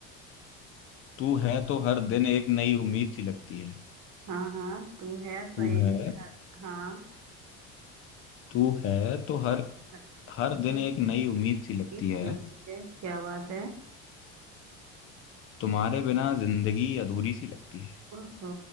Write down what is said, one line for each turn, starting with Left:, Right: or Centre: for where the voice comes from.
Left: तू है तो हर दिन एक नई उम्मीद सी लगती है
Right: हाँ हाँ तू है तो
Left: तू
Right: एक
Left: है
Right: नहर हाँ
Left: तू है तो हर
Right: हर
Left: हर
Right: दिन
Left: दिन एक नई उम्मीद सी लगती
Right: बीस
Left: है
Right: लगती है क्या बात है
Left: तुम्हारे बिना जिंदगी अधूरी सी लगती है
Right: ओहो